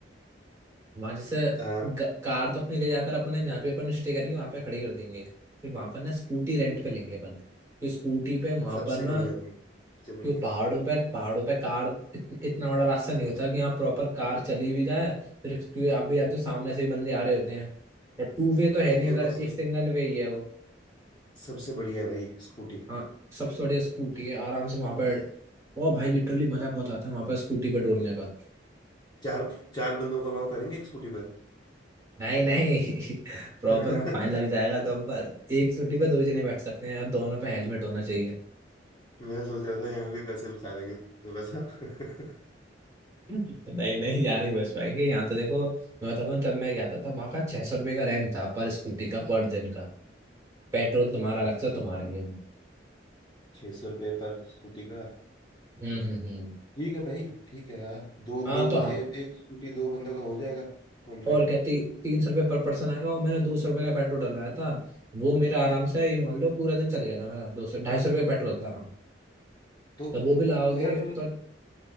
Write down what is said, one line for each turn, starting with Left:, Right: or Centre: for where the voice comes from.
Right: वहां जैसे
Left: हाँ
Right: ग- कार तो अपनी ले जाकर अपने जहाँ पे अपन स्टे करेंगे वहां पे खड़ी कर देंगे फिर वहां पर ना स्कूटी रेंट पे लेंगे अपन तो स्कूटी पे वहां
Left: सबसे
Right: पर ना
Left: बढ़िया भाई सबसे बढ़िया
Right: क्यों पहाड़ों पे पहाड़ों पे कार इत, इतना बड़ा रास्ता नहीं होता कि यहाँ प्रॉपर कार चली भी जाए फिर क्योंकि आप भी जानते हो सामने से भी बंदे आ रहे होते हैं तो टू वे तो है नहीं
Left: भाई
Right: उधर
Left: वो सब
Right: एक सिंगल वे ही है वो
Left: सबसे बढ़िया है भाई स्कूटी
Right: हाँ सबसे बढ़िया स्कूटी है आराम से वहां पर ओ भाई लिटरली मजा बहुत आता है वहां पर स्कूटी पे डोलने का
Left: चार चार बंदों को अलाउ करेंगे एक स्कूटी पर
Right: नहीं नहीं <laughs> प्रॉपर
Left: <laughs>
Right: वहाँ फाइन लग जाएगा तो हम पर एक स्कूटी पे दो जने बैठ सकते हैं यार दोनों पे हेलमेट होना चाहिए।
Left: मैं सोच रहा था यहाँ भी पैसे बचा लेंगे थोड़ा सा <laughs>
Right: नहीं नहीं यहाँ नहीं बच पाएंगे यहाँ तो देखो मैं बताता हूँ जब मैं गया था तब वहाँ का छह सौ रुपये का रेंट था पर स्कूटी का पर दिन का पेट्रोल तुम्हारा अलग से तुम्हारा ही है
Left: छः सौ रुपये पर स्कूटी का ठीक
Right: हम्म हम्म हम्म।
Left: है भाई ठीक है हाँ दो दो
Right: हाँ
Left: ब-
Right: तो हम
Left: ए, एक स्कूटी दो बंदों का हो जाएगा कॉन्ट्री
Right: और क्या ती, तीन सौ रुपये पर पर्सन आएगा और मैंने दो सौ रुपये का पेट्रोल डलवाया था वो मेरा आराम से ये मान लो पूरा दिन चल गया था मेरा दो सौ ढाई सौ रुपये का पेट्रोल था हाँ
Left: तो
Right: तो वो भी लाओगे
Left: तो यार फिर
Right: तो